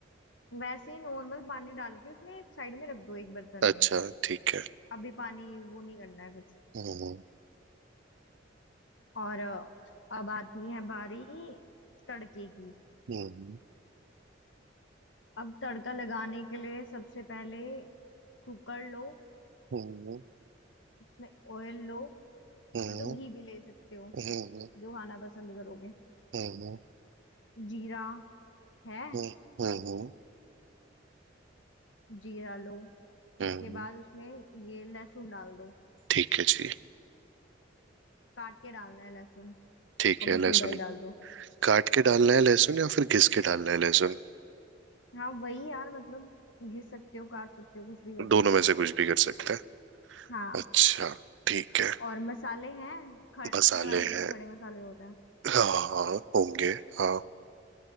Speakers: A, on the left; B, on the right.
A: वैसे ही नॉर्मल पानी डाल के उसमें साइड में रख दो एक बर्तन
B: अच्छा
A: में
B: ठीक है
A: अभी पानी वो नहीं करना है कुछ
B: हम्म
A: और अ, अब आती है बारी तड़के की
B: हम्म
A: अब तड़का लगाने के लिए सबसे पहले कुकर लो
B: हम्म
A: उसमें ऑयल लो
B: हम्म
A: या तो घी भी ले सकते हो
B: हम्म
A: जो खाना पसंद करोगे
B: हम्म
A: जीरा है
B: हम्म हम्म
A: जीरा लो
B: हम्म,
A: उसके
B: हम्म।
A: बाद उसमें ये लहसुन डाल दो
B: ठीक है जी
A: काट के डालना है लहसुन
B: ठीक
A: और
B: है
A: वो
B: लहसुन
A: पूरा ही डाल दो
B: काट के डालना है लहसुन या फिर घिस के डालना है लहसुन
A: हाँ वही यार मतलब घिस सकते हो काट सकते हो कुछ भी कर
B: दोनों
A: सकते
B: में
A: हो
B: से कुछ भी कर सकते हैं
A: हाँ
B: अच्छा ठीक है
A: और मसाले हैं खड़े
B: मसाले
A: वाले जो
B: हैं
A: खड़े मसाले होते हैं
B: हाँ हाँ होंगे हाँ